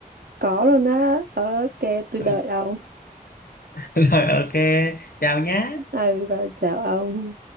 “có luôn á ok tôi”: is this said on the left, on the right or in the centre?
Right